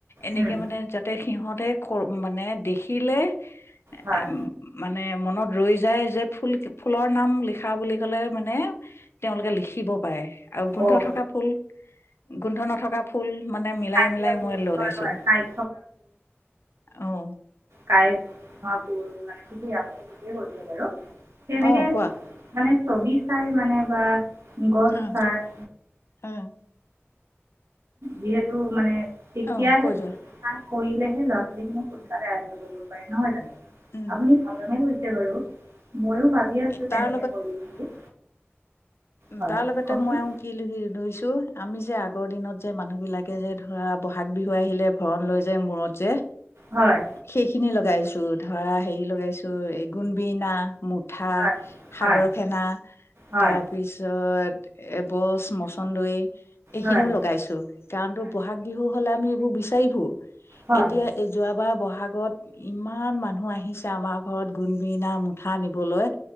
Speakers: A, on the left; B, on the right.
A: এনেকে
B: উম
A: মানে যাতে সিহঁতে ক মানে দেখিলে।
B: হয়
A: এ মানে মনত ৰৈ যায় যে ফুল ফুলৰ নাম লিখা বুলি কলে মানে তেওঁলোকে লিখিব পাৰে। আৰু গোন্ধ
B: অঁ
A: থকা ফুল গোন্ধ নথকা ফুল মানে মিলাই
B: কাঁইটীয়া
A: মিলাই
B: ফুল
A: মিলাই মই লগাইছো,
B: হয় হয় কাঁইট
A: অহ
B: কাইতপুৰ মানে <unintelligible> কি আপুনি <unintelligible> কোৱেছে বাৰু তেনেকে
A: অ কোৱা
B: মানে ছবি চাই মানে বা গছ,
A: অম
B: চাই
A: <unintelligible>
B: যিহেতু মানে তেতিয়াহে
A: অ' কৈ
B: কৰিলেহে
A: যোৱা
B: ল'ৰা ছোৱালী খিনিক সোনকালে আয়ত্ব কৰিব পাৰে নহয় জানো
A: উম
B: আপুনি ভালে বাৰু। ময়ো ভাবি আছোঁ
A: তাৰ
B: তেনেকে কৰোঁ বুলি।
A: উ
B: হয়
A: তাৰ লগতে
B: কওকচোন
A: মই কি ৰুইছো আমি যে আগৰ দিনত যে মানুহবিলাকে যে ধৰা বহাগ বিহু আহিলে ভৰণ লৈ যায় মুৰত যে
B: হয়
A: সেইখিনি লগাইছো ধৰা হেৰি লগাইছো এই গোনবিনা মুঠ পিঠা
B: হয়
A: সাগৰ
B: হয়
A: ফেনা
B: হয়
A: তাৰ তাৰপিছত এবছ মচন্দৰ এইখিনিও
B: হয় হয়
A: লগাইছো কাৰণ তো বহাগ বিহু হলে আমি এইবোৰ বিচাৰি ফুৰো
B: হয়
A: এতিয়া যোৱা বাৰ বহাগত ইমান মানুহ আহিছে আমাৰ ঘৰত গুণবিৰিনা মুঠা নিবলৈ